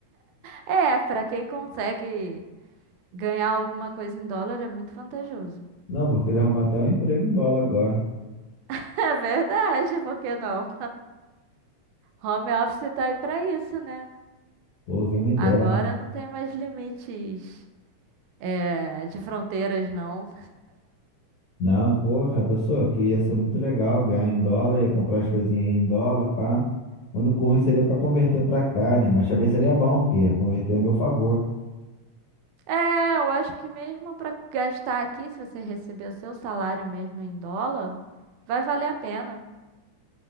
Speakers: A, on the right (about 85°); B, on the left (about 75°).
A: É, pra quem consegue ganhar alguma coisa em dólar é muito vantajoso.
B: Não, vou querer arrumar até um emprego em dólar agora.
A: <laughs> É verdade, por que não? Home office tá aí pra isso, né?
B: Pô, quem me dera.
A: Agora não tem mais limites é, de fronteiras, não.
B: Não, porra, a pessoa que ia ser muito legal ganhar em dólar, ia comprar as coisinhas aí em dólar, pá. O único ruim seria pra converter pra cá, né? Mas também seria bom, porque ia converter a meu favor.
A: É, eu acho que mesmo para gastar aqui, se você receber o seu salário mesmo em dólar, vai valer a pena.